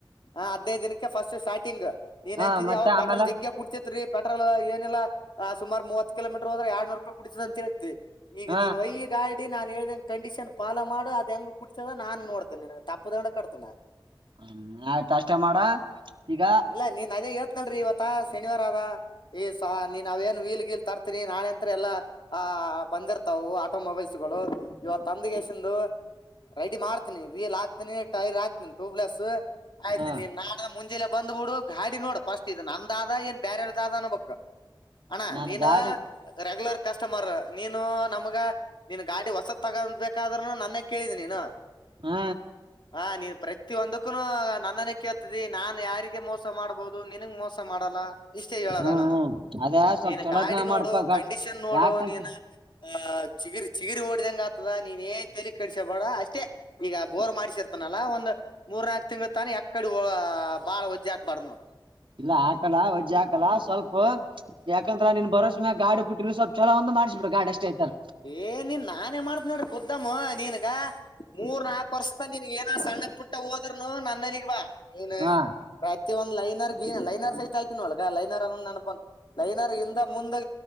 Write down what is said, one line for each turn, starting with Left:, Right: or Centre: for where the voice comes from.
Left: ಹಾ ಹದಿನೈದು ದಿನಕ್ಕೆ ಫಸ್ಟ್ ಸ್ಟಾರ್ಟಿಂಗ್ ನೀನ್
Right: ಹ
Left: ಅಂತಿದೀ
Right: ಮತ್ತೆ
Left: ಅವಾಗ
Right: ಆಮೇಲ
Left: ಪೆಟ್ರೋಲ್ ಜಿಗ್ಗ ಕುಡ್ತಿತ್ೀ ಪೆಟ್ರೋಲ್ ಏನಿಲ್ಲಾ ಸುಾಮಾರ್ ಮೂವತ್ ಕಿಲೋಮೀಟರ್ ಎಡ್ನೂರು ರೂಪಾಯಿ ಕುಡ್ತದ ಅಂತ ಹೇಳಿದೆ ಈಗ
Right: ಹ
Left: ನೀನ್ ಒಯಗ ಆ ನಾನ್ ಹೇಳ್ದ ಕಂಡೀಷನ್ ಫಾಲೋ ಮಾಡು ಅದ ಹೆಂಗ ಕುಡತದ ನಾನ್ ನೋಡ್ತೇನೆ ತಪ್ಪ ದಂಡ ಕಡ್ತೇನೆ ನಾನನ್
Right: ಹ್ಮ ಆಯ್ತ ಅಷ್ಟೇ ಮಾಡ ಈಗ
Left: ಇಲ್ಲ ನೀನ್ ಅದೇ ಹೇಳ್ತನಲ್ರಿ ಇವತ್ತ ಶನಿವಾರ ಆದ ಈಸ ನೀನ್ ಅವಾವೇನು ವೀಲ್ ಗೀಲ್ ತರ್ತೀನಿ ನಾಳೆಂತ್ರ ಎಲ್ಲಾ ಆ ಬಂದಿರ್ತವು ಆಟೋ ಮೊಬೈಲ್ಸ್ಗಳು ಇವತ್ತು ತಂದಗೆಸಂದು ರೈಡಿ ಮಾಡ್ತೀನಿ ವೀಲ್ ಹಾಕ್ತೀನಿ ಟೈರ್ ಹಾಕ್ತನಿ ಟ್ಯೂಬ್ಲೆಸ್ ಆಯ್ತು
Right: ಹ
Left: ನೀನ್ ನಾಡದ ಮುಂಜೆ ಬಂದ್ ಬಿಡು ಗಾಡಿ ನೋಡ ಫಸ್ಟ್ ಇದು ನಂದಾದ ಏನ್ ಬೇರೆಾರದಾದ ಅನ್ ಬಬೇಕು ಅಣ್ಣ
Right: ನಾನ್
Left: ನೀನು
Right: ಗಾಡಿ
Left: ರೆಗ್ಯುಲರ್ ಕಸ್ಟಮರ್ ನೀನು ನಮಗ ನೀನ್ ಗಾಡಿ ಹೊಸದ ತಗೊಂಡಬೇಕಾದ್ೂನು ನನ್ನ ಕೇಳಿದ ನೀನು
Right: ಹಾ
Left: ಹ ನೀನ್ ಪ್ರತಿಿ ಒಂದಕ್ಕೂನು ನನ್ನನ ಕೇಳ್ತದೆ ನಾನ್ ಯಾರಿಗೆ ಮೋಸ ಮಾಡ್ಬೋದು ದು ನಿನಗ್ ಮೋಸ ಮಾಡಲ್ಲ ಇಷ್ಟೇ ಹೇಳೋದಣ್ಣ
Right: ಹ್ಮ್ ಹ್ಮ್
Left: ನಾನು
Right: ಅದ ಸ್ವಲ್ಪ
Left: ನೀನ್
Right: ಚೊಲೋತ್ನಾಗ
Left: ಗಾಡಿ ನೋಡು
Right: ಮಾಡಪಾ ಗ
Left: ಕಂಡೀಷನ್ ನೋಡು
Right: ಯಾಕಂತ
Left: ನೀನ ಆ ಚಿಗಿರಿ ಚಿಗಿರಿ ಓಡಿದಂಗ ಆತದ ನೀನ್ ಏನ್ ತಲಿ ಕಡಸ್ಯ ಬೇಡ ಅಷ್ಟೇ ಈಗ ಬೋರ್ ಮಾಡಿಸಿರ್ತನಲ್ಲ ಒಂದು ಮೂರ್ ನಾಕು ತಿಂಗಂಗಳು ತಾನ ಎಕ್ಕಡೆ ಬಾಳ ಒಜ್ಜಾಕ ಪಡ್ ನಡು
Right: ಇಲ್ಲ ಹಾಕಲ್ಲ ಒಜ್ಜೆ ಹಾಕಲ್ಲ ಸ್ವಲ್ಪ ಯಾಕಂದ್ರ ನೀನ್ ಬರೋಸೇಾಗ ಗಾಡು ಪುಟ್ಟಿನ ಸ್ವಲ್ಛಲ ಒಂದು ಮಾಡಿಸ್ಬಿು ಗಾಡ್ ಎಷ್ಟ ಆಯ್ತಾರ
Left: ಏ ನೀನ್ ನಾನೇ ಮಾಡತ್ ನೋಡ್ರಿ ಕುದ್ದಮ್ಮ ನೀನ್ಗ ಮೂರ್ ನಾಕು ವರ್ಷದ ನೀನ್ಗ ಏನ ಸಣ್ಣ ಪುಟ್ಟ ಹೋದರ್ನು ನನ್ನಲ್ಲಿಗ್ ಬಾ ನೀನ್
Right: ಹಾ
Left: ಪ್ರತಿ ಒಂದು ಲೈನರ್ ಗೀ ಲೈನರ್ ಸಹತ ಆಯ್ತತಿ ನೊಳಗ ಲೈರ್ನ್ನ ಅನನ ನೆನಪ ಬಂತ ಲೈನರ್ ಇಂದ ಮುಂದೆ